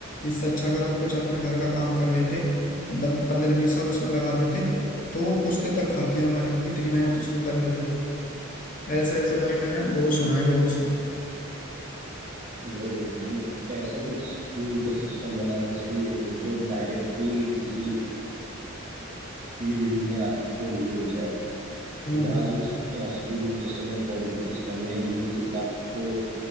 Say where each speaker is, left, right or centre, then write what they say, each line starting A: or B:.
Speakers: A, on the left; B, on the right.
A: इससे अच्छा अगर हम कुछ अपना घर का काम कर लेते पंद्रह बीस साल उसमें लगा देते तो वो पुश्ते तक खाती है हमारी इतनी मेहनत उसमें कर लेते ऐसे ऐसे भाई मैंने बहुत सुना है लोगों से
B: वही वही, हमें ऐसा कुछ स्कूल का सिस्टम बनाना चाहिए जो डायरेक्टली किसी फील्ड में आपको ले जाए
A: हम्म
B: यहाँ जो स्कूलिंग सिस्टम है कॉलेज सिस्टम है ये सिर्फ आपको